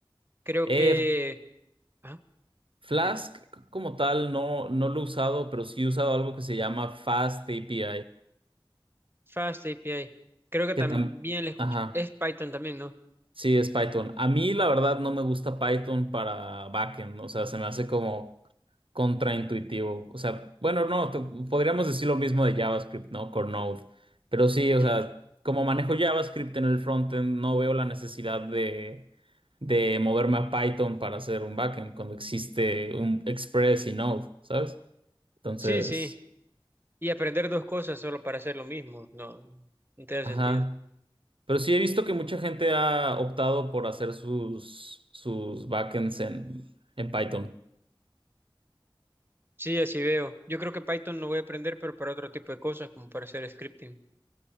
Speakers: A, on the right; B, on the right.
A: creo
B: Eh,
A: que... Ajá,
B: Flask
A: dime.
B: como tal no, no lo he usado, pero sí he usado algo que se llama FastAPI.
A: Fast API. Creo que
B: Que
A: también
B: tam-
A: le escuché.
B: Ajá.
A: Es Python también, ¿no?
B: Sí, es Python. A mí, la verdad, no me gusta Python para backend. O sea, se me hace como contraintuitivo. O sea, bueno, no, te- podríamos decir lo mismo de JavaScript, ¿no? Con Node. Pero sí, o
A: Ujú.
B: sea, como manejo JavaScript en el frontend, no veo la necesidad de, de moverme a Python para hacer un backend cuando existe un Express y Node, ¿sabes? Entonces,
A: Sí, sí. Y aprender dos cosas solo para hacer lo mismo. No, no tiene
B: ajá.
A: sentido.
B: Pero sí he visto que mucha gente ha optado por hacer sus, sus backends en, en Python.
A: Sí, así veo. Yo creo que Python lo voy a aprender, pero para otro tipo de cosas, como para hacer scripting.